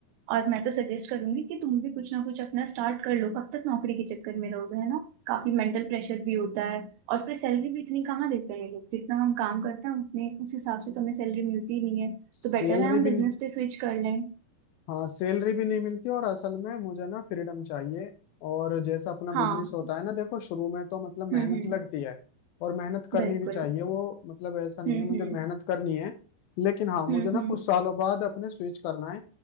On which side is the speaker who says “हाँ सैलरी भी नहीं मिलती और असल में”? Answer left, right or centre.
Left